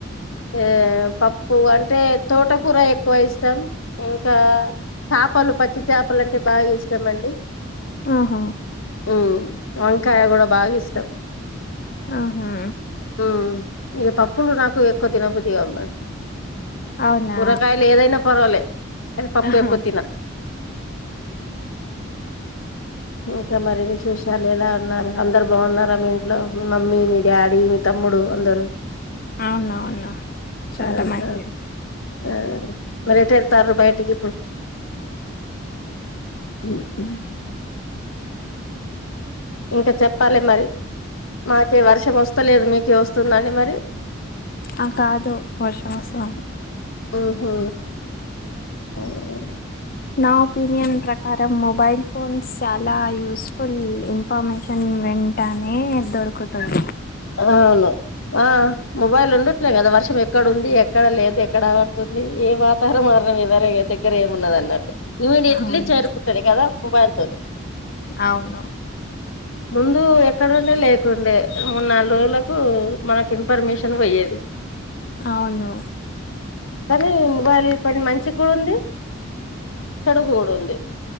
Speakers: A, on the left; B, on the left.
A: ఏ పప్పు అంటే తోట కూర ఎక్కువ ఇష్టం ఇంకా చాపలు పచ్చి చాపలు అంటే బాగా ఇష్టం అండి
B: ఆహా
A: మ్మ్ వంకాయ కూడా బాగా ఇష్టం
B: ఆహా
A: మ్మ్ ఇగ పప్పులు నాకు ఎక్కువ తిన బుద్ధిగావు మే
B: అవునా
A: కూరగాయలు ఏదైనా పర్వాలే కానీ పప్పు
B: ఆహా
A: ఎక్కువ తిన ఇంకా మరి విశేషాలు ఎలా ఉన్నారు అందరు బాగున్నారా మీ ఇంట్లో మమ్మీ మీ డాడీ మీ తమ్ముడు అందరు
B: అవునవును చాలా
A: ఆహ
B: మంచిది
A: ఆ మారిటెల్తారు బయటికి ఇప్పుడు మ్మ్ మ్మ్ ఇంకా చెప్పాలె మరి మాకే వర్షం వస్తలేదు మీకే వస్తుందండి మరి
B: ఆ కాదు వర్షం వస్తంది
A: హ్మ్ హు మ్మ్
B: నా ఒపీనియన్ ప్రకారం మొబైల్ ఫోన్స్ చాలా యూస్ఫుల్ ఇం న్ఫర్మేషన్ వెంటనే దొరుకుతుంది
A: అవును ఆ మొబైల్ ఉండట్లే కదా వర్షం ఎక్కడ ఉంది ఎక్కడ లేదు ఎక్కడ పడుతుంది ఏ వా తర మారణం వివర దగ్గర ఏమున్నదన్నట్టు ఇమీడియట్లీ
B: అవును
A: చేరుకుంటుడు కదా మొబైల్ తోనే
B: అవును.
A: ముందు ఎక్కడండే లేకుండే మూడు నాలుగు రోజులకు మనకి ఇన్ఫర్మేషన్ పోయ్యేది
B: అవును
A: కానీ ఇవాళ కొన్ని మంచి కూడా ఉంది చదువు కూడా ఉంది